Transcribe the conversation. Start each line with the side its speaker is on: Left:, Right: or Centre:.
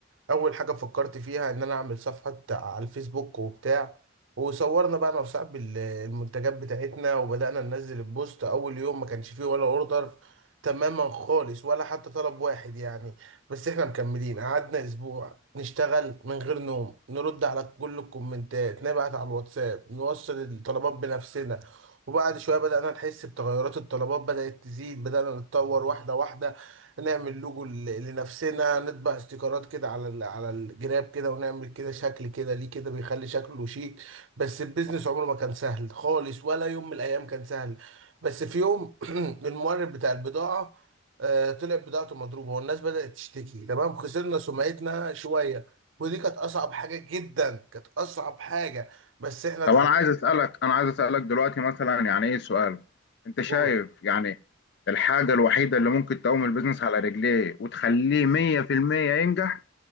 Right: اول حاجة فكرت فيها ان انا اعمل صفحة على الفيسبوك وبتاع وصورنا بقى انا وصاحبي ال- المنتجات بتاعتنا وبدأنا ننزل البوست اول يوم ما كانش فيه ولا اوردر تماما خالص ولا حتى طلب واحد يعني بس احنا مكملين قعدنا اسبوع نشتغل من غير نوم نرد على كل الكومنتات نبعت على الواتساب نوصل الطلبات بنفسنا وبعد شوية بدأنا نحس بتغيرات الطلبات بدأت تزيد بدأنا نتطور واحدة واحدة نعمل لوجو ل- لنفسنا نطبع استيكرات كده على ال- على الجراب كده ونعمل كده شكل كده ليه كده بيخلي شكله شيك بس البيزنس عمره ما كان سهل خالص ولا يوم من الأيام كان سهل بس في يوم <clears throat> المورد بتاع البضاعة آه، طلعت بضاعته مضروبه والناس بدات تشتكي تمام خسرنا سمعتنا شويه ودي كانت اصعب حاجه جدا كانت اصعب حاجه بس احنا اتعلمنا
Left: طب انا عايز اسالك انا عايز اسالك دلوقتي مثلا يعني ايه سؤال انت شايف
Right: نقول
Left: يعني الحاجة الوحيدة اللي ممكن تقوم البيزنس على رجليه وتخليه 100% ينجح